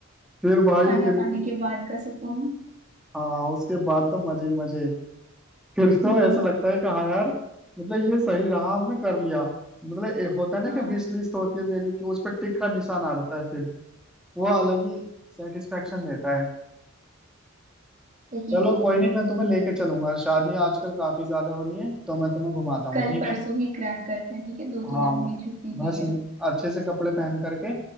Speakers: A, in the centre; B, on the right.
A: फिर भाई
B: खाना
A: फिर
B: खाने के बाद का सुकून
A: हाँ उसके बाद तो मजे ही मजे फिर तो
B: हम्म,
A: ऐसा लगता है कि हाँ यार मतलब ये सही रहा हमने कर लिया मतलब ये होता है ना
B: हाँ
A: कि विश लिस्ट होती है मेरी कि उस पर टिक का निशान आ जाता है फिर वो अलग ही सेटिस्फेक्शन देता है
B: सही
A: चलो
B: बोल
A: कोई
B: रहे
A: नहीं
B: हो
A: मैं तुम्हें लेके चलूंगा शादियां आजकल काफी ज्यादा हो रही हैं तो मैं तुम्हें घुमाता हूँ
B: कल
A: ठीक
B: परसों
A: है
B: ही क्रैक करते हैं ठीक है दो
A: हाँ
B: तीन अभी मेरी छुट्टी
A: बस
B: भी है
A: अच्छे से कपड़े पहन करके